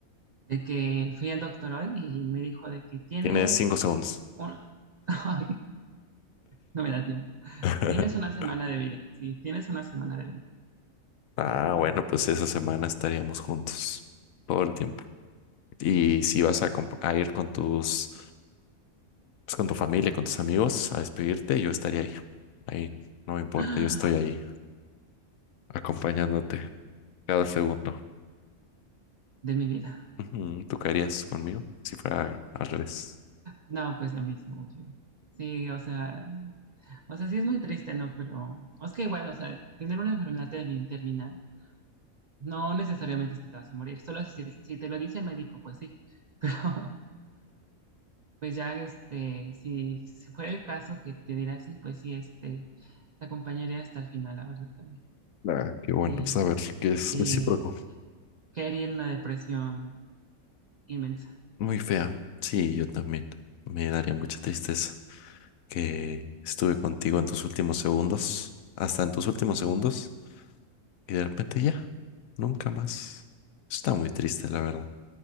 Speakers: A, on the right; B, on the left.
A: De que fui al doctor hoy y me dijo de que tienes
B: Tienes cinco segundos.
A: un... <laughs> Ay, no me da tiempo.
B: <laughs>
A: Tienes una semana de vida. Sí, tienes una semana de vida.
B: Ah, bueno, pues esa semana estaríamos juntos todo el tiempo. Y si vas a, comp- a ir con tus, pues, con tu familia, con tus amigos a despedirte, yo estaría ahí. Ahí no me importa,
A: <gasps>
B: yo estoy ahí acompañándote cada segundo.
A: de mi vida.
B: Ujú, ¿Tú qué harías conmigo si fuera al revés?
A: No, pues lo mismo, obvio. Sí, o sea, o sea, sí es muy triste, ¿no? Pero es que igual, o sea, tener una enfermedad termi- terminal no necesariamente es que te vas a morir, solo si, te- si te lo dice el médico, pues sí, <laughs> pero pues ya, este, si, si fuera el caso que te diera así, pues sí, este, te acompañaría hasta el final, la verdad, también.
B: Ah, qué bueno
A: Y,
B: saber que es
A: y
B: recíproco.
A: caería en una depresión inmensa,
B: Muy fea. Sí, yo también. Me daría mucha tristeza que estuve contigo en tus últimos segundos, hasta en tus últimos segundos, y de repente ya, nunca más. Está muy triste, la verdad.